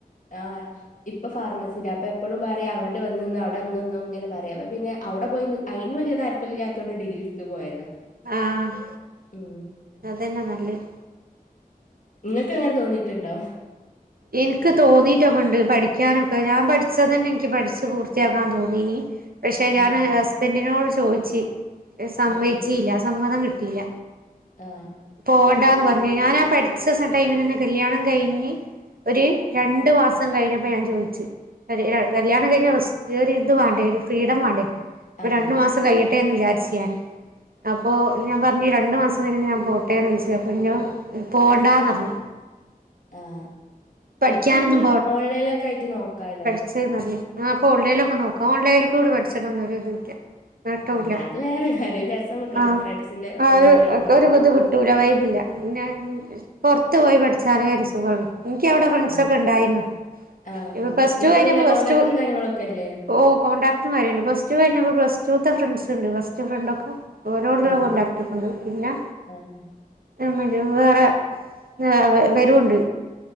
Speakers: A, on the left; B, on the right.
A: ആഹ് ഇപ്പ ഫാർമസിലാ അപ്പ എപ്പളും പറിം അവടെ വന്ന്ന്നോ അവ്ടെന്ന്ന്നോ ങ്ങനെ പറയാ അപ്പ പിന്നെ അവ്ടെ പോയി നി അയ്ന് വല്ല്യ കാര്യ ര്യന്നുല്ലാത്തോണ്ട് ഡിഗ്രി ഇട്ത്ത് പോയതാ
B: ആഹ്
A: ഉം
B: അതന്നെ നല്ലഹ്
A: ഇങ്ങക്ക് അങ്ങനെ തോന്നീട്ട്ണ്ടോ
B: ഇൻക്ക് തോന്നീട്ടൊക്കെ ണ്ട് പഠിക്കാനൊക്കെ ഞാൻ പഠിച്ചതന്നെ ഇൻക്ക് പട്ച്ച് പൂർത്തിയാക്കാൻ തോന്നീനി പക്ഷെ ഞാന്
A: ആഹ്
B: ഹസ്ബന്റിനോട് ചോയ്ച്ച് സമ്മയ്ച്ചീല്ല
A: ആഹ്
B: സമ്മതം കിട്ടിയില്ല
A: ആഹ്
B: പോവണ്ടാന്ന് പറ്ഞ് ഞാനാ പഠ്ച്ച സ ടൈമിലെന്നെ കല്ല്യാണം കഴിഞ്ഞ് ഒര് രണ്ട് മാസം കഴിഞ്ഞപ്പോ ഞാൻ ചോയ്ച്ച് കല്ല്യാണം കല്ല്യാണം കഴിഞ് സ് ഒര് ഇത് വാണ്ടേ ഒര് ഫ്രീഡം വാണ്ടേ പ്പരണ്ട്
A: ആഹ്
B: മാസം കയ്യെട്ട് ട്ടേന്ന് വിചാര്ച്ച് ഞാന് അപ്പോ ഞാൻ പറ്ഞ് രണ്ട് മാസം കയ്ഞയ്ഞാ ഞാൻ പോട്ടേന്ന് ഓയ്ച് അപ്പോ ന്നോ പോണ്ടാന്നർഞ്
A: ആഹ്
B: പഠിക്കാനൊന്നും
A: ഇപ്പ പിന്നെ ഓൺലൈൻലക്കായ്ട്ട് നോക്കാലോ
B: ച്ച്ന്നറ്ഞ് ആഹ് ഇപ്പൊ ഓൺലൈൻലൊക്കെ നോക്കാ ഓൺലൈൽകൂടെ പഠ്ച്ച്ട്ടൊന്നും ഒര് ഇത് ല്ല നേട്ടുല്ല
A: ആഹ് അത് വേറെ കാര്യം ഒരു രസം കിട്ടൂല
B: ആഹ്
A: ഫ്രണ്ട്സിന്റെ
B: ആഹ്
A: ഒന്നും വൈബ് ഉണ്ടാവൂല
B: ഒര് ഒര് ത് കി ട്ടൂല വൈബ് ഇല്ല പിന്നാ പൊറ്ത്ത് പോയി പഠ്ച്ചാലെ ഒര് സുഖാെള്ളൂ ക്ക്യ അവ്ടെ ഫ്രണ്ട്സൊക്കെണ്ടായിന്നു
A: ആഹ് ആഹ്.
B: ഇപ്പ പ്ലസ്
A: ഇപ്പഴുല്ല
B: ടു കഴിഞ്ഞപ്പോ പ്ലസ്
A: കോൺടാക്ട്
B: ടു
A: കാര്യങ്ങളൊക്കെല്ലേ?
B: ഓ കോൺടാക്ട്മാര്ണ്ട് പ്ലസ്ടു കഴിഞ്ഞപ്പോ പ്ലസ്ടൂത്തെ ഫ്രണ്ട്സ് ഇണ്ട് ബസ്റ്റ് ഫ്രണ്ട് ഒക്കെ ഓരോടുള്ള
A: ആഹ്
B: കോണ്ടാക്ട് ഒക്കെണ്ട് പിന്നാ
A: ആഹ്
B: <unintelligible> വേറെ ആഹ് ഇവരുണ്ട്